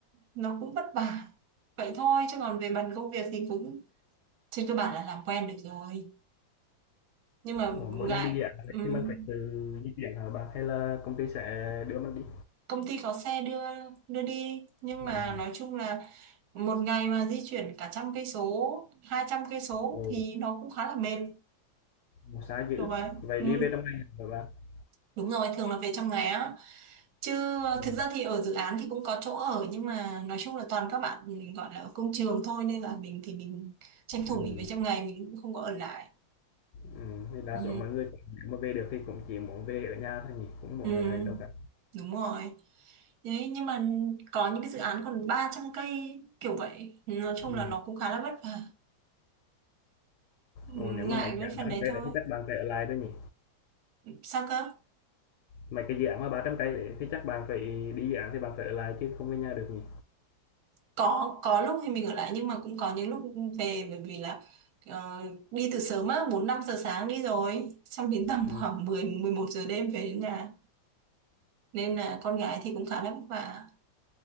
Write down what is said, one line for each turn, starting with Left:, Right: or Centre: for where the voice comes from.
Right: nó cũng vất vả vậy thôi chứ còn về mặt công việc thì cũng trên cơ bản là làm quen được rồi nhưng mà
Left: Ủa, mỗi
Right: ngại
Left: lần đi dự án vậy
Right: ừm,
Left: thì mình phải tự di chuyển hả bạn hay là công ty sẽ đưa mình đi?
Right: công ty có xe đưa đưa đi nhưng mà
Left: À,
Right: nói chung là một ngày mà di chuyển cả trăm cây số hai trăm cây số
Left: ồ,
Right: thì nó cũng khá là mệt
Left: ồ, xa dữ.
Right: kiểu vậy
Left: Vậy
Right: ừ.
Left: đi về trong ngày hả bạn?
Right: đúng rồi thường là về trong ngày á chứ ờ,
Left: Ừ,
Right: thực ra thì ở dự án thì cũng có chỗ ở nhưng mà nói chung là toàn các bạn gọi là ở công trường thôi nên là mình thì mình tranh thủ
Left: ừ,
Right: mình về trong ngày mình cũng không có ở lại
Left: ừ. Thì đa
Right: ừ.
Left: số mọi người cũng- nếu mà về được thì cũng chỉ muốn về ở nhà thôi nhỉ, cũng muốn
Right: Ừ.
Left: ở lại đâu cả.
Right: đúng rồi Đấy, nhưng mà có những cái dự án còn 300 cây kiểu vậy nói chung
Left: Ừ.
Right: là nó cũng khá là vất vả Ừ,
Left: Ồ, nếu
Right: ngại
Left: mà mấy dự
Right: cái
Left: án
Right: phần
Left: ba trăm
Right: đấy
Left: cây
Right: thôi
Left: đấy thì chắc bạn phải ở lại thôi nhỉ.
Right: sao cơ
Left: Mấy cái dự án mà 300 cây đấy thì chắc bạn phải đi dự án thì bạn phải ở lại chứ không về nhà được nhỉ.
Right: có có lúc thì mình ở lại nhưng mà cũng có những lúc về bởi vì là ờ, đi từ sớm á 4 5 giờ sáng đi rồi xong đến tầm
Left: Ừ.
Right: <laughs> khoảng mười mười một giờ đêm về đến nhà nên là con gái thì cũng khá là vất vả